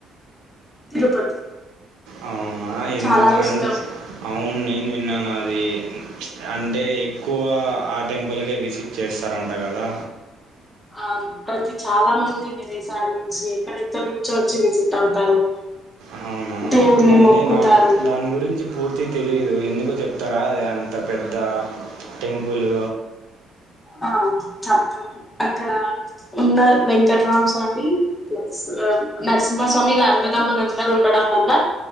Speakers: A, on the left (about 15°); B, on the right (about 85°).
A: తిరుపతి
B: అవ్ అవ్నా ఎందుకు
A: చాలా
B: అని
A: ఇష్టం
B: <inaudible> అవును నేను విన్నాను అది ప్చ్ అంటే ఎక్కువ ఆ టెంపుల్కే విసిట్ చేస్తారంట కదా.
A: ఆ ప్రతి చాలా మంది విదేశాల నుంచి ఎక్కడెక్కడ నుంచో వచ్చి విజిట్ అవుతారు.
B: హ్ అవునా
A: దేవుని
B: అంటే
A: మొక్కుతారు
B: నాకు దాని గురించి పూర్తి తెలీదు ఎందుకో చెప్తారా అద అంత పెద్ద టెంపులు
A: ఆ చెప్తాను అక్కడ ఉన్న వెంకట్రామ స్వామి ప్లస్ నరసింహస్వామి వీళ్ళ అన్నదమ్ములందరూ ఉండడం వల్ల